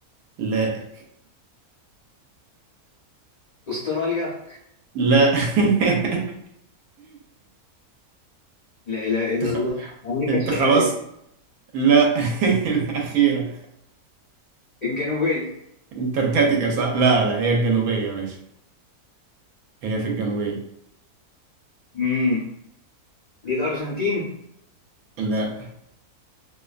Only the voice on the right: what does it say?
لا
لا <laughs> انت
خ-
انت
خلاص لا <laughs> الأخيرة
انتاركتيكا صح؟ لا لا هي الجنوبية ماشي هي في الجنوبية
لا